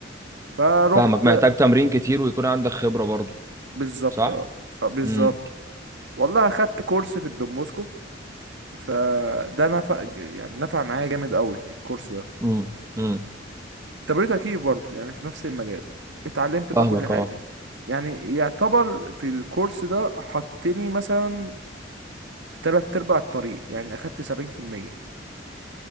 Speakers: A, on the right (about 75°); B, on the right (about 15°).
A: فروحت
B: فاهمك محتاج تمرين كتير ويكون عندك خبرة برضو
A: بالظبط
B: صح
A: اه آه، بالظبط
B: امم
A: والله اخدت كورس في الدوموسكو فده نفع يعني نفع معايا جامد قوي الكورس ده
B: امم امم
A: تمريض تكييف برضه يعني في نفس المجال اتعلمت بقى
B: فاهمك
A: كل حاجة
B: اه
A: يعني يعتبر في الكورس ده حطني مثلا في تلات ارباع الطريق يعني اخدت سبعين في المية ايوه